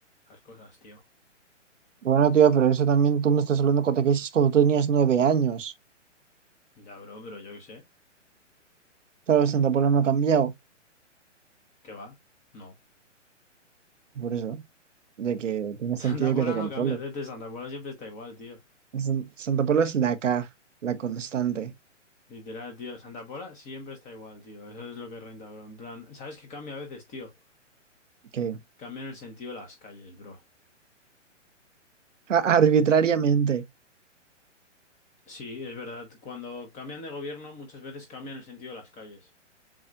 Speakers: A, on the left; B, on the right.
A: las cosas, tío.
B: Bueno, tío, pero eso también tú me estás hablando cuando te dices cuando tú tenías nueve años.
A: Ya, bro, pero yo qué sé.
B: Claro, Santa Paula no ha cambiado.
A: ¿Qué va? No.
B: Por eso, de que tiene sentido
A: Santa
B: que
A: Pola
B: te controle.
A: no cambia, Tete. Santa Pola siempre está igual, tío.
B: San- Santa Paula es la K, la constante,
A: Literal, tío. Santa Pola siempre está igual, tío. Eso es lo que renta, bro. En plan, ¿sabes qué cambia a veces, tío?
B: que
A: Cambian el sentido de las calles, bro.
B: a- arbitrariamente.
A: Sí, es verdad. Cuando cambian de gobierno, muchas veces cambian el sentido de las calles.